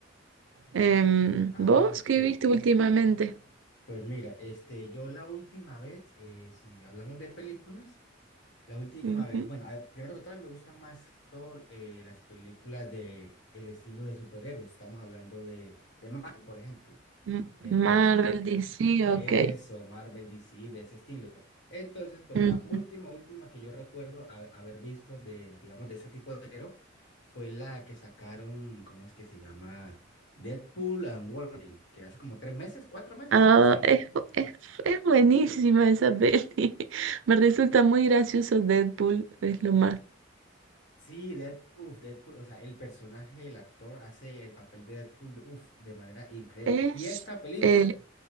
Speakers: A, on the right (about 75°); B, on the left (about 65°).
A: Em,
B: Ah,
A: ¿vos
B: ok.
A: qué viste últimamente?
B: Pues mira, este, yo la última vez, eh, si hablamos de películas, la última
A: Ujú.
B: vez, bueno, a- primero que todo, me gustan más que todo eh, las películas de el estilo de superhéroes, estamos hablando de, de Marvel, por ejemplo.
A: M-
B: Entonces,
A: Marvel, DC,
B: Eso,
A: ok.
B: Marvel, DC, de ese estilo. Entonces, pues
A: Mm.
B: la última, última que yo recuerdo ha- haber visto de, digamos, de ese tipo de género fue la que sacaron, ¿cómo es que se llama? Deadpool and Wolverine, que hace como tres meses, cuatro meses,
A: Ah,
B: algo así.
A: es, bu- es, es buenísima esa peli. <laughs> Me resulta muy gracioso Deadpool, es lo más.
B: Sí, Deadpool, uf, Deadpool, o sea, el personaje, el actor hace el papel de Deadpool, uf, de manera increíble.
A: Es
B: Y esta película,
A: eh,